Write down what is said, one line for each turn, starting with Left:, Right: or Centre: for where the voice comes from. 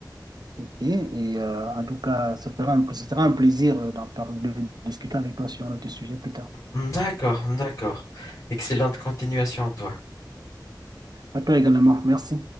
Right: Ok, Et euh, en tout cas, ça fera un- ce sera un plaisir euh, d'en parler, de discuter avec toi sur notre sujet plus tard.
Left: D'accord, d'accord. Excellente continuation à toi.
Right: À toi également. Merci.